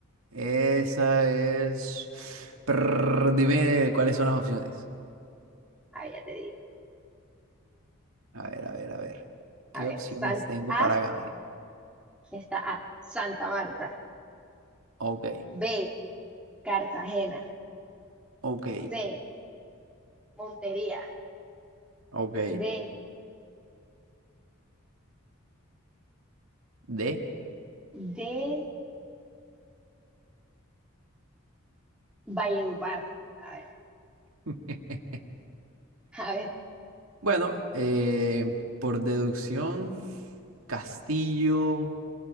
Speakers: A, on the right; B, in the centre.
A: Esa es... Prrr, dime cuáles son las opciones.
B: Ah, ya te digo.
A: A ver, a ver, a ver. ¿Qué
B: A ver,
A: opciones
B: San
A: tengo
B: A
A: para ganar?
B: está A, Santa Marta.
A: Ok,
B: B, Cartagena.
A: ok,
B: C, Montería.
A: ok.
B: D,
A: D.
B: D, Valledupar. A ver,
A: <laughs>
B: a ver,
A: Bueno, eh, por deducción, Castillo.